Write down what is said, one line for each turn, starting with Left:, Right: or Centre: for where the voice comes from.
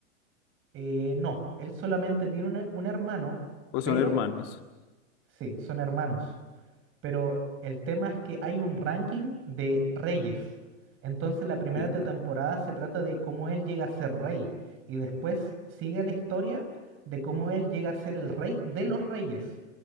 Right: Eh, no, él solamente tiene un, un hermano,
Left: O son
Right: pero
Left: hermanos,
Right: sí, son hermanos. Pero el tema es que hay un ranking de reyes. Entonces la
Left: entiende.
Right: primera te- temporada
Left: O
Right: se trata de cómo él llega a ser rey. Y después sigue la historia de cómo él llega a ser el rey de los reyes,